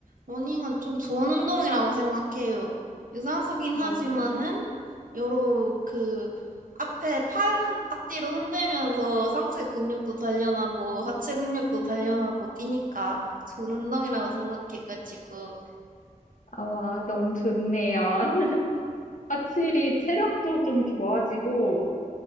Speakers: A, on the right; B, on the left.
A: 러닝은 좀 좋은 운동이라고 생각해요. 유산소긴
B: 맞아요.
A: 하지만은 여러 그 앞에 팔 흔- 앞뒤로 흔들면서 상체 근육도 단련하고 하체 근육도 단련하고 뛰니까 좋은 운동이라고 생각해가지고.
B: 아, 와, 너무 좋네요. <laughs> 확실히 체력도 좀 좋아지고,